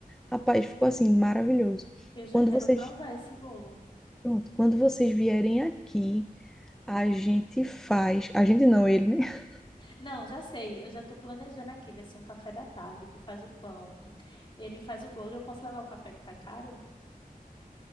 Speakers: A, in the centre; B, on the left.
A: Rapaz, ficou assim, maravilhoso.
B: Eu já
A: Quando
B: quero
A: vocês,
B: provar esse bolo.
A: pronto, quando vocês vierem aqui, A gente faz. A gente não, ele, né? <laughs>
B: Não, já sei. Eu já tô planejando aqui. Vai ser um café da tarde. Tu faz o pão, ele faz o bolo e eu posso levar o café que tá caro?